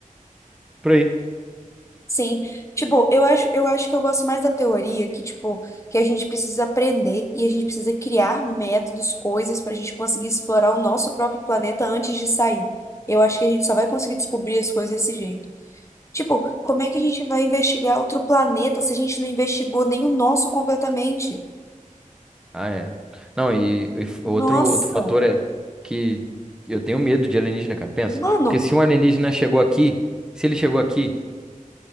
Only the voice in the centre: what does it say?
Por aí.
Ah, é. Não, e, e f-
outro, outro fator é que eu tenho medo de alienígena, cara. Pensa.
Porque se um alienígena chegou aqui, se ele chegou aqui,